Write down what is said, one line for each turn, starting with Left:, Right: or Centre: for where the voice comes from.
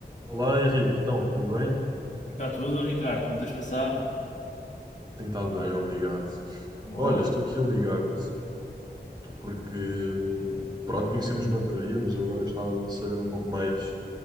Right: Olá Henrique, então, tudo bem?
Left: Está tudo, Ricardo? Como tens passado?
Right: Tenho estado bem, obrigado.
Left: bom
Right: Olha, estou aqui a ligar-te porque, hum, pronto, conhecemos no outro dia, mas eu agora gostava de saber um pouco mais